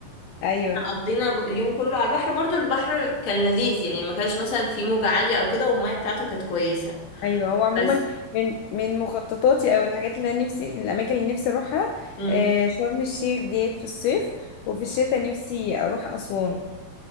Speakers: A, on the left (about 85°); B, on the left (about 45°).
A: ايوه
B: قضينا ب- اليوم كله على البحر برضو البحر كان لذيذ يعني ما كانش مثلا فيه موجة عالية او كده والمية بتاعته كانت كويسة
A: ايوه هو عموما
B: بس
A: من من مخططاتي او الحاجات اللي انا نفسي الاماكن اللي نفسي اروحها
B: امم
A: آه، شرم الشيخ ديت في الصيف وفي الشتاء نفسي اروح اسوان